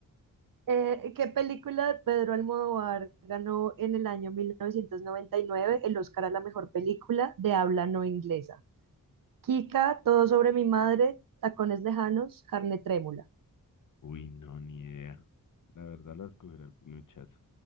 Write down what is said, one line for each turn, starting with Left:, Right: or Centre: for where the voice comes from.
Right: Eh, ¿qué película de Pedro Almodóvar ganó en el año 1999 el Oscar a la mejor película de habla no inglesa? Kika, Todo sobre mi madre, Tacones lejanos, Carne trémula.
Left: Uy, no, ni idea. La verdad la escogerá el pinochazo.